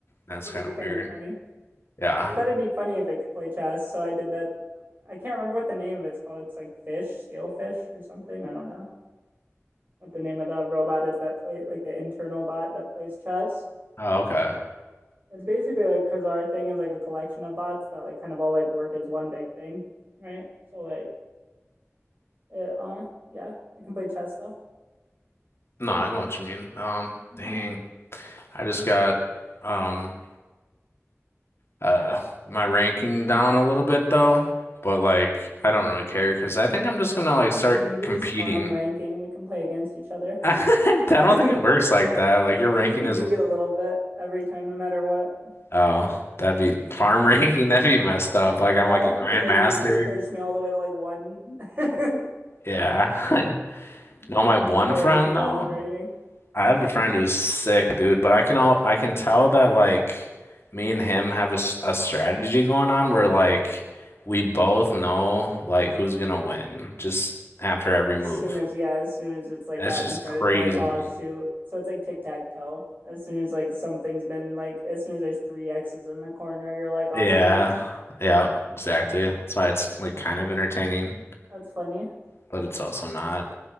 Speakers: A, on the left; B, on the right.
A: That's
B: because
A: kind
B: it'd be
A: of
B: kind
A: weird.
B: of funny.
A: Yeah.
B: I thought it'd be funny if it could play chess, so I did that. I can't remember what the name of it's called. It's like Fish, Stale Fish or something. I don't know what the name of the robot is that play like the internal bot that plays chess.
A: Oh, okay.
B: It's basically like because our thing is like a collection of bots that like kind of all like work as one big thing, right? So like it, uh, yeah, it can play chess though.
A: No, I know what you mean. Um,
B: Mm-hmm.
A: dang. I just got um uh my ranking down a little bit though, but like I don't really care because I think I'm just gonna like start
B: I mean, you could
A: competing.
B: just farm ranking. We can play against each other.
A: <laughs> I
B: <laughs>
A: don't
B: I
A: think it works like that. Like your ranking
B: think you
A: is
B: do get a little bit every time, no matter what.
A: Oh, that'd be farm <laughs> ranking. That'd be messed up. Like
B: Yeah,
A: I'm like a grandmaster.
B: because like it just pushed me all the way to like one. <laughs> It'd
A: Yeah. <laughs>
B: be
A: No,
B: funny,
A: my one
B: and then you're
A: friend
B: like two thousand
A: though.
B: rating.
A: I have a friend
B: <laughs>
A: who's sick, dude. But I can all I can tell that like me and him have a, s- a strategy going on where like we both know like who's gonna win just after every
B: As
A: move.
B: soon as, yeah, as soon as it's like
A: It's
B: gotten
A: just
B: started,
A: crazy.
B: you're like, oh shoot. So it's like tic-tac-toe. As soon as like something's been like, as soon as there's three X's in the corner, you're like, oh
A: Yeah.
B: dang it.
A: Yeah. Exactly. That's why it's like kind of entertaining,
B: That's funny.
A: but it's also not.